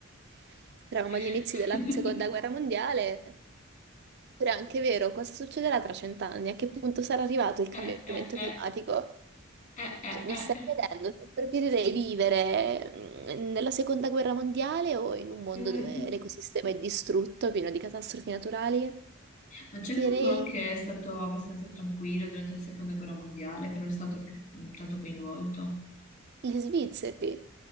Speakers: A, on the right; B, on the left.
A: <laughs> eravamo
B: <laughs>
A: agli inizi della seconda guerra mondiale, però è anche vero, cosa succederà tra cent'anni? A che punto sarà arrivato il cambiamento
B: Eh, eh, eh.
A: climatico?
B: Eh,
A: Cioè,
B: eh,
A: Mi
B: eh.
A: stai chiedendo se preferirei vivere mm, nella seconda guerra mondiale o in un mondo
B: eh. Mm.
A: dove l'ecosistema è distrutto, pieno di catastrofi naturali?
B: Ma c'è
A: Ti
B: qualcuno
A: direi
B: che è stato abbastanza tranquillo durante la seconda guerra mondiale, che non è stato più mm, tanto coinvolto,
A: gli svizzeri.